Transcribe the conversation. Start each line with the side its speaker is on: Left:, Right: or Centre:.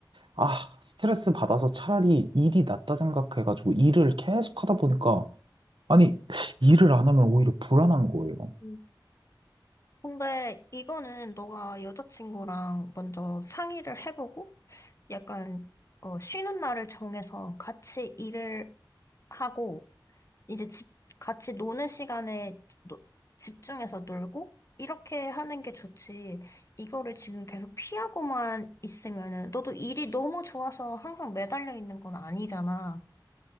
Right: 아, 스트레스 받아서 차라리 일이 낫다 생각해가지고, 일을 계속 하다 보니까, 아니, 일을 안 하면 오히려 불안한 거예요.
Left: 음, 근데 이거는 너가 여자친구랑 먼저 상의를 해보고 약간 어, 쉬는 날을 정해서 같이 일을 하고 이제 집, 같이 노는 시간에 노- 집중해서 놀고, 이렇게 하는 게 좋지. 이거를 지금 계속 피하고만 있으면은, 너도 일이 너무 좋아서 항상 매달려 있는 건 아니잖아.